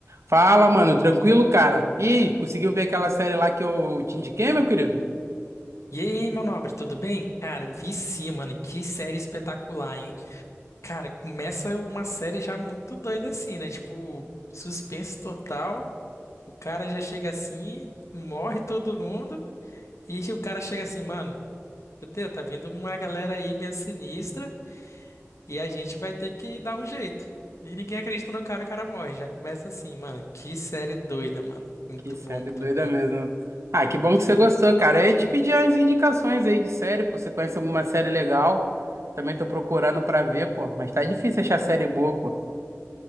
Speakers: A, on the right; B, on the left.
A: Fala, mano, tranquilo, cara? Ih, conseguiu ver aquela série lá que eu te indiquei, meu querido?
B: E aí, meu nobre, tudo bem? Cara, eu vi sim, mano. Que série espetacular, hein? Cara, começa uma série já muito doida assim, né? Tipo, suspense total. O cara já chega assim, morre todo mundo. E o cara chega assim, mano, fudeu, tá vindo uma galera aí meio sinistra. E a gente vai ter que dar um jeito. E ninguém acredita no cara, o cara morre. Já começa assim, mano. Que série doida, mano. Muito
A: Que série
B: bom, muito
A: doida
B: bom.
A: mesmo. Ah, que bom que você gostou, cara. Eu ia te pedir umas indicações aí de série, pô. Você conhece alguma série legal? Também tô procurando pra ver, pô. Mas tá difícil achar série boa, pô.